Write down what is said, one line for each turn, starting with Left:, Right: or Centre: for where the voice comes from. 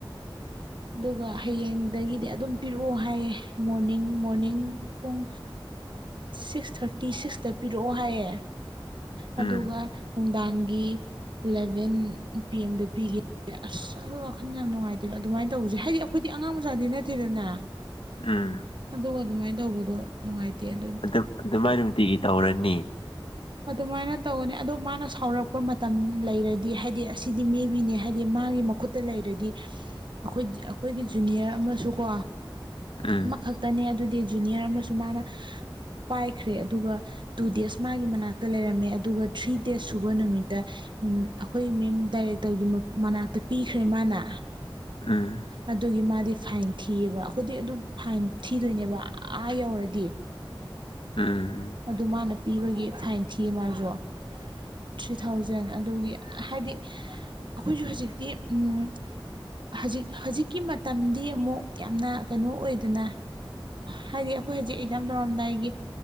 Right: ꯑꯗꯨꯒ ꯍꯌꯦꯡꯗꯒꯤꯗꯤ ꯑꯗꯨꯝ ꯄꯤꯔꯛꯑꯣ ꯍꯥꯏꯌꯦ ꯃꯣꯔꯅꯤꯡ ꯃꯣꯔꯅꯤꯡ ꯄꯨꯡ ꯁꯤꯛꯁ ꯊꯥꯔꯇꯤ ꯁꯤꯛꯁꯇ ꯄꯤꯔꯛꯑꯣ ꯍꯥꯏꯌꯦ ꯑꯗꯨꯒ
Left: ꯎꯝ
Right: ꯅꯨꯡꯗꯥꯡꯒꯤ ꯏꯂꯚꯦꯟ ꯄꯤ ꯑꯦꯝꯗ ꯅꯨꯄꯤꯒꯤ ꯑꯁ ꯑꯩꯈꯣꯏ ꯋꯥꯈꯜ ꯌꯥꯝ ꯅꯨꯡꯉꯥꯏꯇꯦꯕ ꯑꯗꯨꯃꯥꯏꯅ ꯇꯧꯕꯁꯦ ꯍꯥꯏꯗꯤ ꯑꯩꯈꯣꯏꯗꯤ ꯑꯉꯥꯡ ꯃꯆꯥꯗꯤ ꯅꯠꯇꯦꯗꯅ
Left: ꯎꯝ
Right: ꯑꯗꯨꯒ ꯑꯗꯨꯃꯥꯏꯅ ꯇꯧꯕꯗꯣ ꯅꯨꯡꯉꯥꯏꯇꯦ ꯑꯗꯨꯅ
Left: ꯑꯗꯨꯝ ꯑꯗꯨꯃꯥꯏꯅ ꯅꯨꯡꯇꯤꯒꯤ ꯇꯧꯔꯅꯤ
Right: ꯑꯗꯨꯃꯥꯏꯅ ꯇꯧꯒꯅꯤ ꯑꯗꯣ ꯃꯥꯅ ꯁꯥꯎꯔꯛꯄ ꯃꯇꯝ ꯂꯩꯔꯗꯤ ꯍꯥꯏꯗꯤ ꯑꯁꯤꯗꯤ ꯃꯦꯕꯤꯅꯦ ꯍꯥꯏꯗꯤ ꯃꯥꯒꯤ ꯃꯈꯨꯠ ꯇ ꯂꯩꯔꯗꯤ ꯑꯩꯈꯣꯏ ꯑꯩꯈꯣꯏꯒꯤ ꯖꯨꯅꯤꯌꯔ ꯑꯃꯁꯨꯀꯣ
Left: ꯎꯝ
Right: ꯑꯃꯈꯛ ꯇꯅꯦ ꯑꯗꯨꯗꯤ ꯖꯨꯅꯤꯌꯔ ꯑꯃꯁꯨ ꯃꯥꯅ ꯄꯥꯏꯈ꯭ꯔꯦ ꯑꯗꯨꯒ ꯇꯨ ꯗꯦꯖ ꯃꯥꯒꯤ ꯃꯅꯥꯛ ꯃꯅꯛꯇ ꯂꯩꯔꯝꯃꯦ ꯑꯗꯨꯒ ꯊ꯭ꯔꯤ ꯗꯦꯖ ꯁꯨꯕ ꯅꯨꯃꯤꯠꯇ ꯑꯩꯈꯣꯏ ꯃꯦꯝ ꯗꯥꯏꯔꯦꯛꯇꯔꯒꯤ ꯃꯅꯥꯛꯇ ꯄꯤꯈ꯭ꯔꯦ ꯃꯥꯅ
Left: ꯎꯝ
Right: ꯑꯗꯨꯒꯤ ꯃꯥꯗꯤ ꯐꯥꯏꯟ ꯊꯤꯌꯦꯕ ꯑꯩꯈꯣꯏꯗꯤ ꯑꯗꯨ ꯐꯥꯏꯟ ꯊꯤꯗꯣꯏꯅꯦꯕ ꯑꯥ ꯌꯧꯔꯗꯤ
Left: ꯎꯝ
Right: ꯑꯗꯨ ꯃꯥꯅ ꯄꯤꯕꯒꯤ ꯐꯥꯏꯟ ꯊꯤꯌꯦ ꯃꯥꯁꯨ ꯊ꯭ꯔꯤ ꯊꯥꯎꯖꯟ ꯑꯗꯨꯒꯤ ꯍꯥꯏꯗꯤ ꯑꯩꯈꯣꯏꯖꯨ ꯍꯧꯖꯤꯛꯇꯤ ꯎꯝ ꯍꯧꯖꯤꯛ ꯍꯧꯖꯤꯛꯀꯤ ꯃꯇꯝꯗꯤ ꯑꯃꯨꯛ ꯌꯥꯝꯅ ꯀꯩꯅꯣ ꯑꯣꯏꯗꯅ ꯍꯥꯏꯗꯤ ꯑꯩꯈꯣꯏ ꯍꯧꯖꯤꯛ ꯑꯦꯛꯖꯥꯝ ꯇꯧꯔꯝꯗꯥꯏꯒꯤ